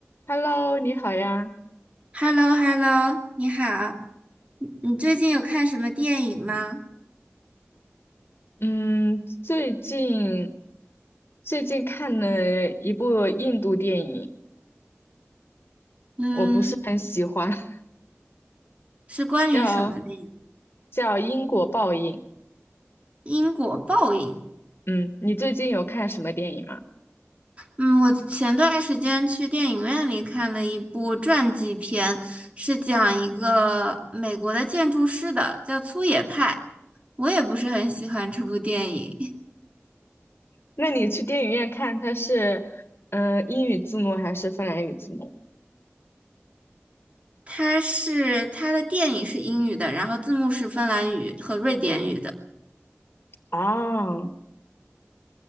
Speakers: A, on the left; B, on the right.
A: Hello，你好呀。
B: h e l l o h e l l o 你好，你你最近有看什么电影吗？
A: 嗯，最近最近看了一部印度电影，
B: 嗯，
A: 我不是很喜欢，<laughs>
B: 是关于什么的呀？
A: 叫叫《因果报应》。
B: 因果报应。
A: 嗯，你最近有看什么电影吗？
B: 嗯，我前段时间去电影院里看了一部传记片，是讲一个美国的建筑师的，叫粗野派。我也不是很喜欢这部电影，
A: 那你去电影院看，它是嗯、呃英语字幕还是芬兰语字幕？
B: <laughs> 它是它的电影是英语的，然后字幕是芬兰语和瑞典语的。
A: 啊，